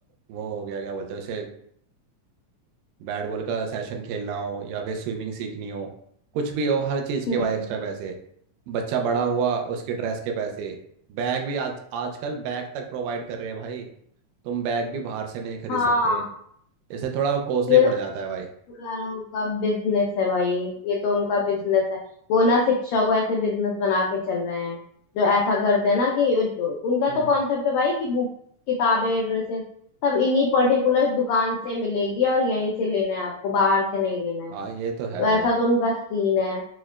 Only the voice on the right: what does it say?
वो हो गया क्या बोलते हैं उसे बैट बॉल का सेशन खेलना हो या फिर स्विमिंग सीखनी हो कुछ भी हो हर चीज़ के
भाई एक्स्ट्रा पैसे बच्चा बड़ा हुआ उसके ड्रेस के पैसे बैग भी आज आजकल बैग तक प्रोवाइड कर रहे हैं भाई तुम बैग भी बाहर से नहीं खरीद
सकते इससे थोड़ा कॉस्टली
पड़
जाता है भाई
हम्म
हाँ ये तो है
भाई